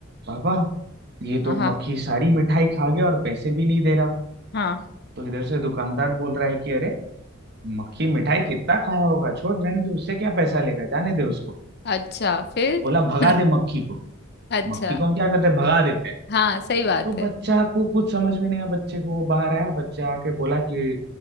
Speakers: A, on the right; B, on the left.
A: पापा ये
B: हाँ
A: तो मक्खी सारी मिठाई खा गया और पैसे भी नहीं दे रहा
B: हाँ
A: तो इधर से दुकानदार बोल रहा है कि अरे मक्खी मिठाई कितना खाया होगा छोड़ रहने दे उससे क्या पैसा लेगा जाने दे उसको
B: अच्छा फिर
A: बोला भगा
B: <laughs>
A: दे मक्खी को
B: अच्छा
A: मक्खी को हम क्या करते हैं भगा देते हैं
B: हाँ सही बात
A: तो बच्चा
B: है
A: को कुछ समझ में नहीं आया बच्चे को वो बाहर आया बच्चा आके बोला कि